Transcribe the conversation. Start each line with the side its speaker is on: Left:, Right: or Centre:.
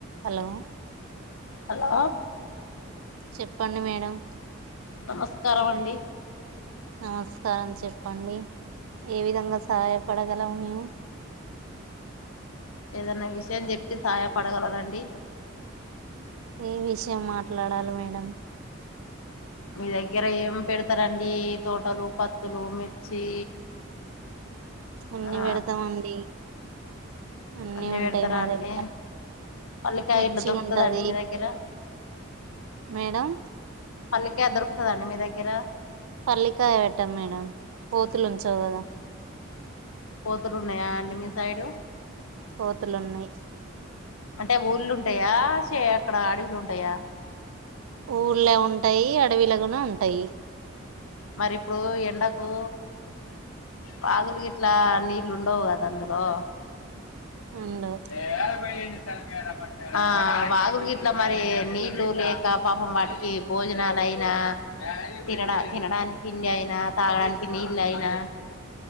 Right: హలో
Left: హలో
Right: చెప్పండి మేడం
Left: నమస్కార అండి
Right: నమస్కారం చెప్పండి ఏ విధంగా సహాయపడగలం మేము
Left: ఏదన్నా విషయం చెప్పి సహాయపడగలరాండి
Right: ఏ విషయం మాట్లాడాలి మేడం
Left: మీ దగ్గర ఏం పెడతారంండి తోటలు పత్తులు మిర్చి
Right: అన్ని
Left: ఆ
Right: పెడతామండి అన్ని
Left: అన్నిీ
Right: ఉంటాయి
Left: పెడతారా
Right: మా
Left: అండి
Right: దగ్గర
Left: పల్లకాయ
Right: మిర్చి
Left: ఇట్లా దొక్కుతుదండి
Right: ఉంటది
Left: మీ దగ్గర
Right: మేడం
Left: పల్లికే దొరుకుతుదండి మీ దగ్గర
Right: పల్లికాయ పెట్టాం మేడం కోతులు ఉంచావు కదా
Left: పోతురు ఉన్నాయా అండి మీ సైడు
Right: కోతులున్నాయి
Left: అంటే ఊళ్ళుంటాయా అక్కడ అడవులు ఉంటా యా
Right: ఊర్లే ఉంటాయి అడవిలో కూడా ఉంటాయి.
Left: మరి ఇప్పుడు ఎండకు వాగులకి ఇట్లా నీళ్లు ఉండవు కదా అందులో
Right: ఉండు
Left: ఏ పో తలడా పగు <unintelligible> ఇట్లా మరి నీళ్ళలు లేక పాపం వాటికి భోజనాలు అయినా తినడ తినడానికి తిండి అయినా తాగడానికి నీళ్ళ అయినా